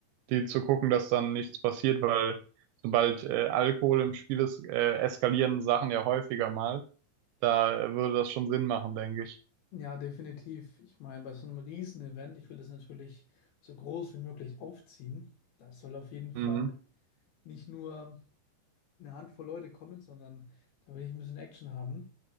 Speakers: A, on the right; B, on the left.
A: die zu gucken, dass dann nichts passiert, weil sobald äh, Alkohol im Spiel ist, äh, eskalieren Sachen ja häufiger mal. Da äh, würde das schon Sinn machen, denke ich.
B: Ja, definitiv. Ich meine, bei so einem Riesen-Event, ich will es natürlich so groß wie möglich aufziehen. Da soll auf jeden Fall
A: Mhm.
B: nicht nur eine Handvoll Leute kommen, sondern da will ich ein bisschen Action haben.